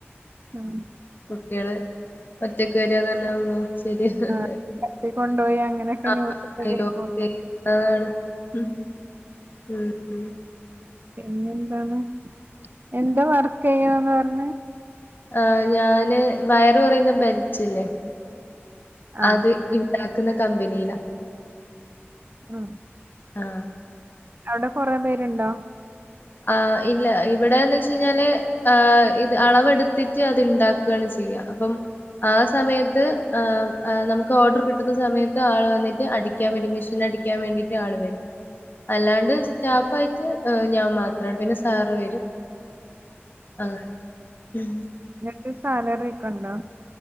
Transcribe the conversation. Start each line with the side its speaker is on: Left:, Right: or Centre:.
Right: മ്മ്
Left: ഇയാള് ഒറ്റെക്ക് വരുവ ന്ന് പറഞ്ഞ ഉമ്മ ശെരിയല്ലേ
Right: ആഹ് തട്ടിക്കൊണ്ടോയി അങ്ങനെയൊക്കെ
Left: <unintelligible>
Right: ന്യൂസൊക്കെ കേൾക്കു
Left: മ്മ്
Right: പിന്നെ എന്താണ് എന്താ വർക്ക് ചെയ്യണന്ന് പറഞ്ഞേ
Left: ആ ഞാന് വയറ് കൊറയുന്ന ബെൽറ്റില്ലെ
Right: ആഹ്
Left: അത് ഇണ്ട വിക്കുന്ന കമ്പിനിലാ
Right: ആ
Left: ആ
Right: അവിടെ കൊറെ പേരുണ്ടോ
Left: ആ ഇല്ല ഇവിടെന്ന് വെച്ച്കഴിഞ്ഞാല് ആ ഇത് അളവെടുത്തിട്ട് അത്ണ്ടാക്കാണ് ചെയ്യാ അപ്പം ആ സമയത്ത് ആ നമുക്ക് ഓർഡർ കിട്ടുന്ന സമയത്ത് ആൾ വന്നിട്ട് അടിക്കാൻ വേണ്ടി മെഷീൻ അടിക്കാൻ വേണ്ടിട്ട് ആള് വേരും അല്ലാണ്ട്
Right: ഉം
Left: സ്റ്റാഫായിട്ട് ഏഹ് ഞാൻ മാ ത്രാണ് പിന്നെ സാറ് വരും ആ ഉം
Right: ക്ക് സാലറിക്കെ ഒണ്ടോ